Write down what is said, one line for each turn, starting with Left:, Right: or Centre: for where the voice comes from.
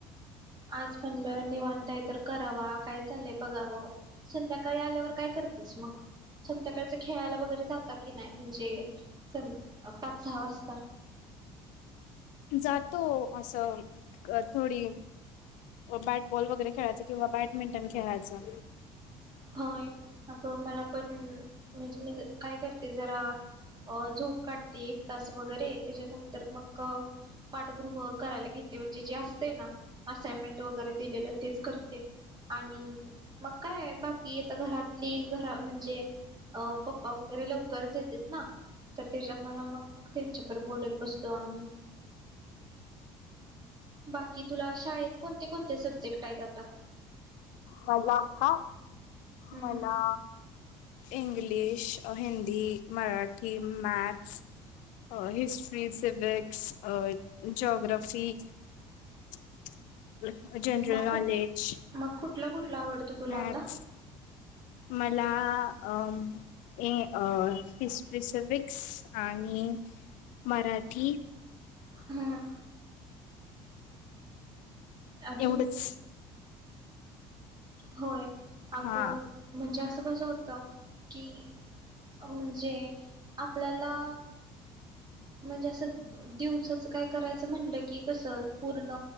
Right: आज पण लय निवांत आहेत. तर करावा काय चालय बघावं, संध्याकाळी आल्यावर काय करतेस मग? संध्याकाळच खेळायला वगैरे जाता कि नाही म्हणजे सं पाच सहा वाजता.
Left: जातो असं थोडी बॅटबॉल वगैरे खेळायचं किंवा बॅडमिंटन खेळायचं
Right: होय अग मला पण म्हणजे काय करते जरा झोप काढ ते एक तास व वगैरे त्याच्यानंतर मग पाठगृह करायला घेते म्हणजे जे असतय ना असाइनमेंट वगैरे दिलेलं तेच करते आणि मग काय बाक कि आता घरातली घरा म्हणजे अ पप्पा वगैरे लवकरच येतेत ना तर त्याच्यामुमग मग त्यांच्यावर बोलत बसतो आम्ही, बाकी तुला शाळेत कोणते कोणते सब्जेक्ट आहेत आता?
Left: मला का?
Right: हम्म
Left: मला इंग्लिश, हिंदी, मराठ ही मॅ अ हिस्ट्री से <inaudible> अ जोग्रा <unintelligible> जनरल
Right: मग कुठ
Left: नॉलेज
Right: मग कुठला कुठला आवडतो तुला
Left: मॅथ्स
Right: आता
Left: मला अम्म ए अ हिस्टरी, सिविक्स आणि मराठी
Right: हम्म. अजून
Left: एवढंच.
Right: होय. अगो
Left: हा
Right: म्हणजे अस कसं होत, की अ म्हणजे आपल्याला म्हणजे असं दिवसाच काय करायचं म्हणलं कि कसं पूर्ण